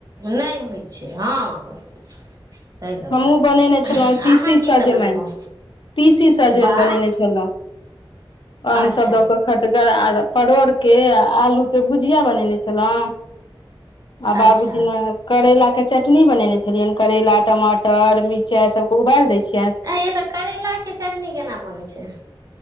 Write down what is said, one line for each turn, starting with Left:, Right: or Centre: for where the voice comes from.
Right: नय होइ छै हँ ताहि दुआरे
Left: हमहूँ बनेने छलहुँ तीसी
Right: अहाँ कीसभ
Left: सजमनि।
Right: बनेलहुँ
Left: तीसी सजमनि
Right: वाह
Left: बनेने छलौ आम
Right: अच्छा
Left: सब द क। खटगर आर परोड़के आलू के भुजिया बनेने छलौ। आ बाबूजी
Right: अच्छा
Left: नहैत करैला के चटनी बनेने छिलियनि करेला टमाटर मिरचाई सबके उबाल देय छि।
Right: आय यै त करेलाके चटनी केना बनै छैय